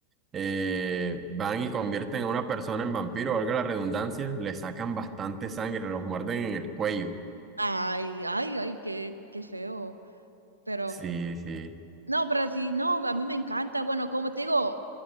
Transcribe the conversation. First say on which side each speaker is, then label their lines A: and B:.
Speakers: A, on the right (about 25°); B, on the right (about 80°).
A: eh, van y convierten a una persona en vampiro, valga la redundancia, le sacan bastante sangre, los muerden en el cuello.
B: Ay, ay, ay, qué, qué feo. Pero
A: Sí, sí,
B: No, pero sí, no, a mí me encanta. Bueno, como te digo,